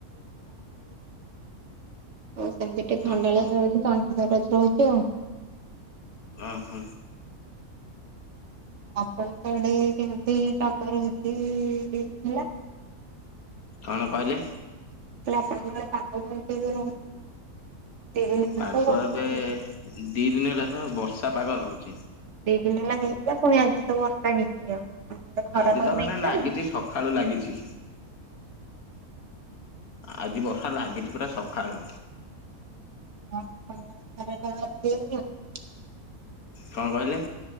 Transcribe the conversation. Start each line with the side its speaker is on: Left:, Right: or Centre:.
Right: ଆଉ ସେମିତି ଟିକେ ଥଣ୍ଡା
Left: ଓହୋ
Right: ଳିଆ ଲାଗୁଛି <unintelligible> ତଣ୍ଟି ଦରଜ ରହୁଛି ଆଉ।
Left: ଓହୋ।
Right: ଆପଣଙ୍କ ଆଡେ କେମିତି ଟପର <unintelligible> ହେଲା?
Left: କଣ କହିଲେ?
Right: ତ ଆପଣଙ୍କ ଆଡ଼େ ପାଗ <unintelligible>
Left: ପାଗ
Right: ତ ବର୍ଷା
Left: ଏବେ
Right: ହେଇଛି।
Left: ଦି ଦିନ ହେଲା ତ ବର୍ଷା ପାଗ ରହୁଛି।
Right: ଦିନେନା ହେଲା ହେଇଥିଲା ପୁଣି ଆଜି ତ ବର୍ଷା ହେଇଛି ଆଉ। ଆପଣଙ୍କ ଆଡେ
Left: ଆଜି
Right: ଖରା ପାଗ
Left: ତ ମାନେ
Right: ଦେଇଥିଲା
Left: ନାଗିଛି
Right: ଆଜି?
Left: ସକାଳୁ ଲାଗିଛି। ଆଜି ବର୍ଷା ଲାଗିଛି ପୁରା ସକାଳୁ।
Right: ହଁ ପ ଖରା କରିବା <unintelligible>
Left: କଣ କହିଲେ?